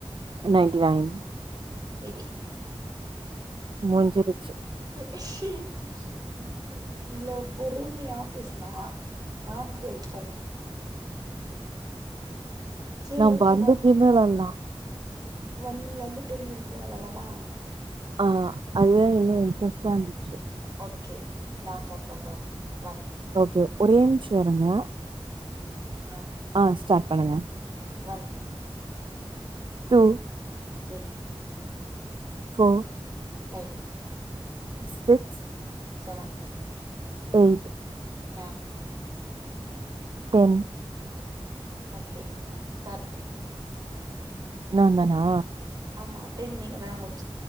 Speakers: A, on the right; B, on the right.
A: ninety nine
B: TV
A: முஞ்சிருச்சு
B: இஷ்ஷ எனக்குள்ள இவ்ளோ பொறுமையா பேசுனா ஞாபகோ இருக்கு சேரி
A: நாம்ப
B: ஓகே
A: அந்த
B: ஒன்
A: <unintelligible> வெளையாடலா
B: ஒன்ல இருந்து டென் வரைக்கு வெளயாடலாமா?
A: ஆ அதுதா இன்னு இன்ட்ரெஸ்ட்டா இருந்துச்சு.
B: ஓகே நா ஸ்டார்ட் பண்றே ஒன்
A: ஓகே ஒரே நிமிஷோ இருங்க
B: ஆ
A: ஆ ஸ்டார்ட் பண்ணுங்க
B: one
A: two
B: three
A: four
B: five
A: six
B: seven
A: eight
B: nine
A: ten
B: okay start.
A: நாந்தானா?
B: ஆமா டென் நீங்கதான முடி